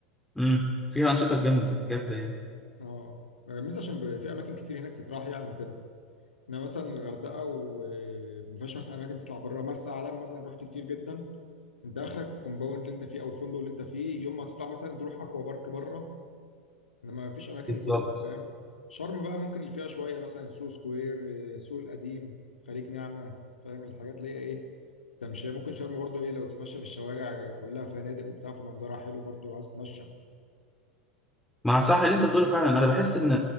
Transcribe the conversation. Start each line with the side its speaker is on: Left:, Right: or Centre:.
Centre: امم فيها انشطه جامده جامده يعني
Left: اه مش عشان ب- في اماكن كتير هناك تتراح يعني وكده انا مثلا الغردقه وما فيهاش مثلا اماكن تطلع بره مرسى علم مثلا رحت كتير جدا انت اخرك الكومباوند اللي انت فيه او الفندق اللي انت فيه يوم ما تطلع مثلا تروح اكوا بارك بره انما ما فيش اماكن
Centre: بالظبط
Left: فسح فاهم شرم بقى ممكن اللي فيها شويه مثلا سوق سكوير آه، السوق القديم خليج نعمه فاهم الحاجات اللي هي ايه تمشي ممكن شرم برضو ايه لو تتمشى في الشوارع كلها فنادق وبتاع فمنظرها حلو برضو لو عايز تتمشى
Centre: مع صح اللي انت بتقوله فعلا انا بحس ان